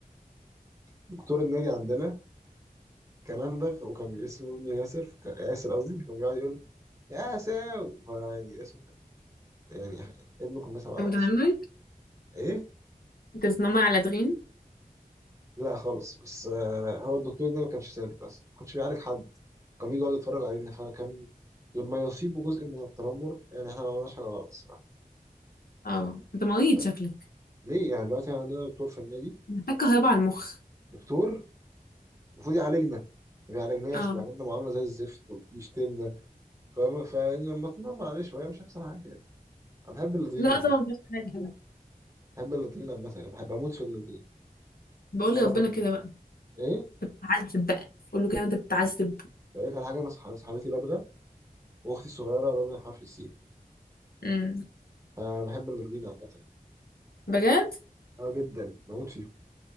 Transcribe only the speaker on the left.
انت
متنمر
انت بتنمر على دغين
اه انت مريض
شكلك
محتاج كهرباء على المخ
اه
لا
طبعا مش حاجه
بقول
لربنا
كده
بقى
تعذب بقى قول له كده انت بتعذب
امم
بجد